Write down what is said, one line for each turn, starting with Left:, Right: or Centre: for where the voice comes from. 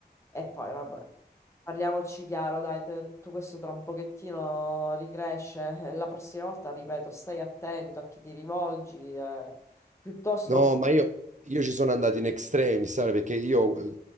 Left: E poi, vabbè, parliamoci chiaro, dai, te- tutto questo tra un pochettino ricresce. Eh, La prossima volta, ripeto, stai attento a chi ti rivolgi, eh, piuttosto
Right: No,
Left: fa...
Right: ma io, io ci sono andato in extremis, sai, perché io eh,